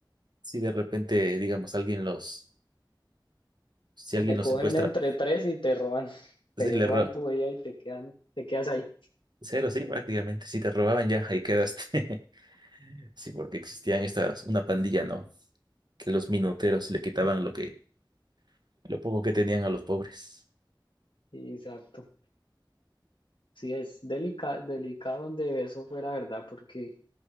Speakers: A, on the right; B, on the left.
A: Si de repente, digamos, alguien los, si alguien
B: Te
A: los
B: cogen
A: secuestra,
B: entre tres y te roban, <laughs> te
A: si le
B: roban
A: roba,
B: tu vida y te quedan, te quedas ahí.
A: cero, sí, prácticamente, si te robaban ya, ahí quedaste. <laughs> Sí, porque existían estas, una pandilla, ¿no? Que los minuteros le quitaban lo que, lo poco que tenían a los pobres.
B: Sí, Exacto. Sí, es delica- delicado donde eso fuera verdad, porque